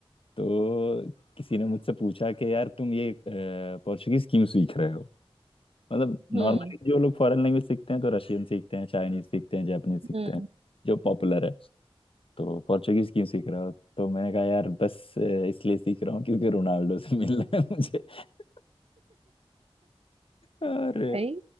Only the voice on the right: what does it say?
हम्म
हम्म
नहीं